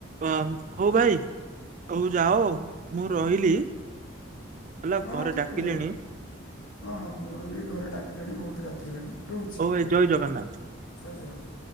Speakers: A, on the right (about 40°); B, on the left (about 80°).
A: ଉଁ ହଉ ଭାଇ ଅହୁ ଯାଅ ମୁଁ ରହିଲି ହେଲା
B: ହଁ
A: ଘରେ
B: ହଁ ଠିକ୍
A: ଡାକିଲେଣି
B: କଦା ହଁ ହଁ ମୋର ବି ଘରେ ଡାକିଲେଣି ବୋହୁତ ରାତି ହେଲାଣି ରହୁଛି
A: ହୋଉ ଭାଇ ଜୟ ଜଗନ୍ନାଥ
B: ଜୟ ଜଗନ୍ନା